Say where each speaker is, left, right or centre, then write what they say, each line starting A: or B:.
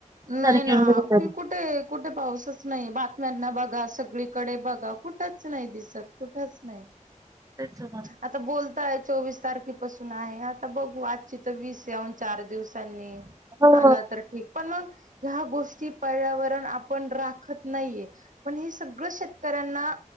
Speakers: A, on the right (about 75°); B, on the right (about 25°).
A: नाही
B: तारीख
A: ना
B: येऊन गेली
A: <unintelligible>
B: तरी
A: कुठे? कुठे पाऊसच नाही, बातम्यांना बघा सगळीकडे बघा कुठंच नाही दिसत. कुठंच नाही.
B: तेच ना.
A: आता बोलताय चोवीस तारखेपासून आहे आता बघू आजची तर वीस या ऊन चार दिवसांनी.
B: हो
A: आला तर ठीक पण मग ह्या गोष्टी पर्यावरण आपण राखत नाहीये. पण हे सगळं शेतकऱ्यांना